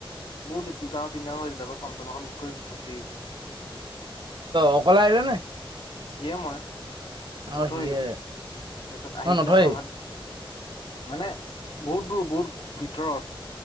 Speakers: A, on the left; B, on the right.
A: বহুত দুটা তিনিটা মান হৈছিলে আকৌ টমটম এখন বুক কৰি গুচি আহিলো।
B: অকলে আহিলা নে
A: যিয়ে মই
B: অ
A: নথয়হি
B: সিয়ে
A: তাৰপিছত আহি
B: অ নথয়
A: পেলাই পূৰা ভাত মানে বহুত দূৰ বহুত ভিতৰত